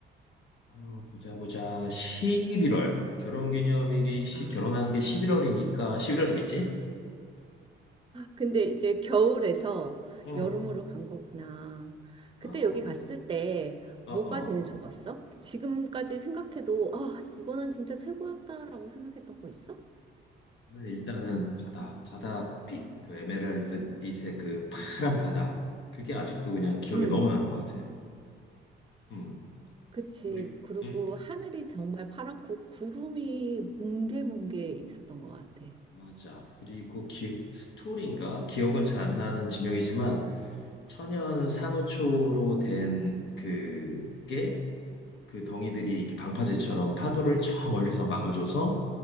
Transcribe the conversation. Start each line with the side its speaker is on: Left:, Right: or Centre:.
Left: 어, 보자 보자 11월 결혼기념일이 시-
Right: 아.
Left: 결혼한 게 11월이니까 11월이겠지?
Right: 근데 이제 겨울에서
Left: 응.
Right: 여름으로 간 거구나. 그때
Left: 어,
Right: 여기 갔을 때
Left: 어,
Right: 뭐가
Left: 어.
Right: 제일 좋았어? 지금까지 생각해도 아, 이거는 진짜 최고였다라고 생각했던 거 있어?
Left: 오늘 일단은 바다, 바다빛, 그 에메랄드 빛의 그 파란 바다. 그게 아직도 그냥 기억에
Right: 응,
Left: 너무 나는 것 같아. 음,
Right: 그치.
Left: 우리,
Right: 그리고
Left: 음,
Right: 하늘이 정말 파랗고 구름이 뭉게뭉게 있었던 것 같아.
Left: 맞아. 그리고 기, 스토리인가? 기억은 잘 안 나는 지명이지만 천연 산호초로 된 그게 그 덩이들이 이렇게 방파제처럼 파도를 저 멀리서 막아줘서